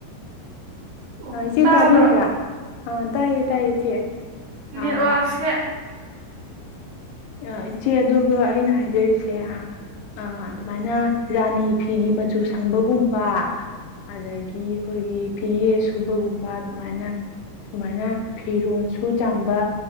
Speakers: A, on the right (about 70°); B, on the left (about 85°).
A: ꯑꯣ
B: ꯑ ꯏꯆꯦ
A: ꯇꯥꯕ꯭ꯔꯣ
B: ꯇꯥꯕꯤꯕ꯭ꯔꯥ ꯑꯥ ꯇꯥꯏꯌꯦ ꯇꯥꯏꯌꯦ ꯏꯆꯦ
A: ꯅꯦꯠꯋꯥꯛꯁꯦ
B: ꯑꯥ ꯑꯥ ꯏꯆꯦ ꯑꯗꯨꯒ ꯑꯩꯅ ꯍꯥꯏꯖꯔꯤꯁꯦ ꯑꯗꯨꯃꯥꯏꯅ ꯔꯥꯅꯤ ꯐꯤꯒꯤ ꯃꯆꯨ ꯁꯪꯕꯒꯨꯝꯕ ꯑꯗꯒꯤ ꯑꯩꯈꯣꯏꯒꯤ ꯐꯤꯒ ꯁꯨꯕꯒꯨꯝꯕ ꯑꯗꯨꯃꯥꯏꯅ ꯁꯨꯃꯥꯏꯅ ꯐꯤꯔꯣꯜ ꯁꯨ ꯆꯥꯝꯕ